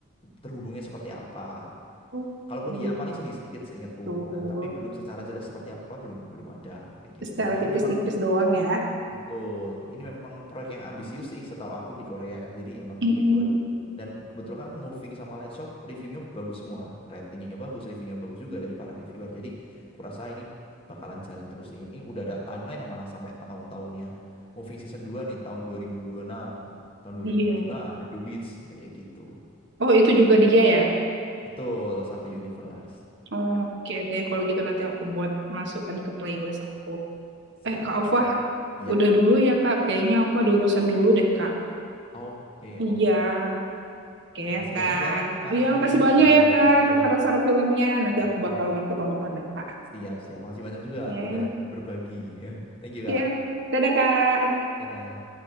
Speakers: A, on the left; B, on the right.
A: terhubungnya seperti apa.
B: Oke.
A: Kalaupun iya paling sedikit sedikit seingatku.
B: Tuh,
A: Nah, tapi belum secara jelas seperti apa belum belum ada kayak gitu.
B: secara
A: Nah, ini
B: tipis-tipis
A: memang
B: doang ya.
A: Betul. Ini memang proyek yang ambisius sih setahu aku di Korea. Jadi emang
B: Mm-mm.
A: ini buat dan kebetulan kan Moving sama Light Shop reviewnya bagus semua. Ratingnya bagus, reviewnya bagus juga dari para reviewer. Jadi kurasa ini bakalan jalan terus. Ini udah ada timeline yang malah sampai tahun-tahunnya. Moving season 2 nih tahun dua ribu dua ribu enam tahun dua
B: Iya.
A: ribu lima ada The Witch kayak gitu.
B: Oh, itu juga dia ya?
A: Betul, satu universe.
B: Oke deh, kalau gitu nanti aku buat masukkan ke playlist aku.
A: Siap,
B: Eh, Kak Alfa,
A: siap. Ya,
B: udah dulu ya, Kak. Kayaknya aku ada urusan dulu deh, Kak.
A: oke,
B: Iya,
A: oke.
B: oke
A: Makasih
B: ya, Kak.
A: banyak ya Kak
B: Oh, iya,
A: Nuyun
B: makasih
A: ya
B: banyak
A: udah
B: ya,
A: bicarain
B: Kak, atas
A: dia.
B: saran-saran filmnya. Nanti
A: Hmm.
B: aku bakal aku tonton deh, Kak.
A: Siap, siap. Makasih banyak juga
B: Oke,
A: udah berbagi. <laughs> Thank you,
B: Iya.
A: Kak.
B: Dadah, Kak.
A: Dadah.